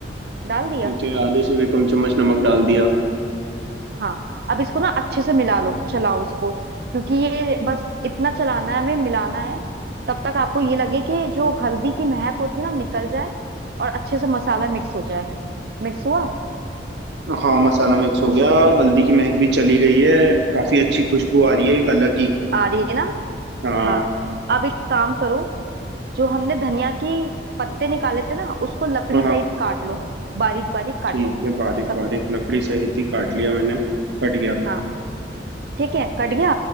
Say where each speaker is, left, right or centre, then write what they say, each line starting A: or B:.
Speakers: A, on the right (about 60°); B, on the right (about 80°).
A: डाल दिया
B: ठीक है आधे से भी कम चम्मच नमक डाल दिया
A: हाँ अब इसको ना अच्छे से मिला लो चलाओ इसको क्योंकि ये बस इतना चलाना है हमें मिलाना है तब तक आपको ये लगे कि जो हल्दी की महक होती है ना निकल जाए और अच्छे से मसाला मिक्स हो जाए मिक्स हुआ
B: हाँ मसाला मिक्स हो गया हल्दी की महक भी चली गई है काफी अच्छी खुशबू आ रही है एक अलग ही
A: आ रही है ना
B: हाँ
A: हाँ अब एक काम करो जो हमने धनिया की पत्ते निकाले थे ना उसको लकड़ी
B: हाँ हाँ
A: सहित काट लो बारीक बारीक काटो
B: ठीक है बारीक
A: सबको
B: बारीक लकड़ी सहित ही काट लिया मैंने कट गया
A: हाँ ठीक है कट गया